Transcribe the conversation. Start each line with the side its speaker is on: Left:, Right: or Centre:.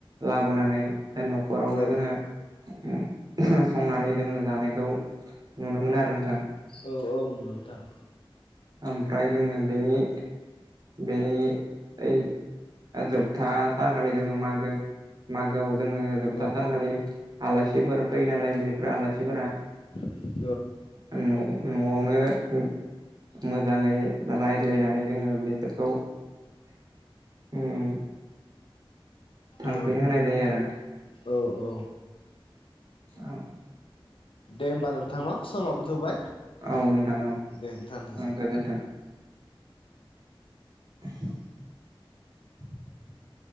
Right: लाबोनानै। जे न'खरावनो
Left: औ
Right: जोङो उ उहुम संनानै जोङो जानायखौ। नुनो मोनो आरो नोंथां
Left: औ-औ नोंथां।
Right: ओमफ्राय जोङो बेनि बेनि ओइ। ओ जोबथा सानखालि जोङो मागो-मागोआव। जोङो जोबथा
Left: औ
Right: सानखालि आलासिफोर फैयो नालाय बेफोर आलासिफोरा।
Left: <unintelligible>
Right: उम न' न'आवनो उम। मोजाङै रायज्लायनानै जोङो बिसोरखौ। उम थांफिन
Left: औ
Right: होनाय जायो आरो।
Left: औ औ
Right: औ
Left: दे होमबा नोंथां ना। समाबो थोबाय दे
Right: औ नोंथां औ
Left: नोंथां थासै।
Right: ओं गोजोन्थों <unintelligible>